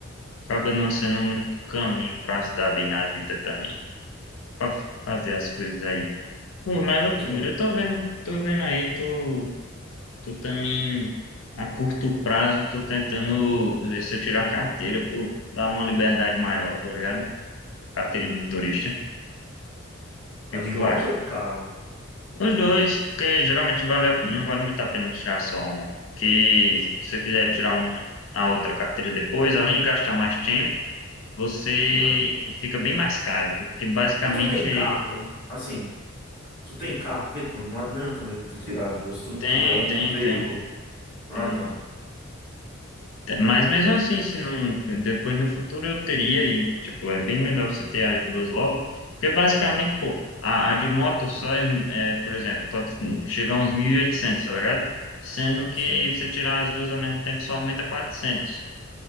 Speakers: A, on the left (about 70°); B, on the left (about 20°).
A: Acaba não sendo um único caminho pra se dar bem na vida também. Pra f- fazer as coisas aí. Pô, mas é loucura.
B: E Tu,
A: Eu tô vendo, tô vendo aí, tô, tô também a curto prazo, tô tentando ver se eu tiro a carteira, pô, dar uma liberdade maior, tá ligado? Carteira de motorista. O que
B: a de
A: que tu
B: moto
A: acha?
B: ou de carro?
A: Os dois, porque geralmente vale, a- não vale muito a pena tirar só uma. Porque se você quiser tirar uma, a outra carteira depois, além de gastar mais tempo, você
B: Não.
A: fica bem mais caro, porque basicamente
B: E tu tem carro? pra- Assim. Tu tem carro, porque, tipo, não adianta muito tu tirar as duas se tu não
A: tem,
B: tiver um
A: tem,
B: veículo.
A: tem,
B: Ah,
A: tem.
B: tá.
A: tem. Mas mesmo assim, se não, depois no futuro eu teria e, tipo, é bem melhor você ter as duas logo, porque basicamente, pô, a, a de moto só é, é, por exemplo, pode chegar a uns 1.800, tá ligado? Sendo que
B: Sim.
A: você tirar as duas ao mesmo tempo só aumenta quatrocentos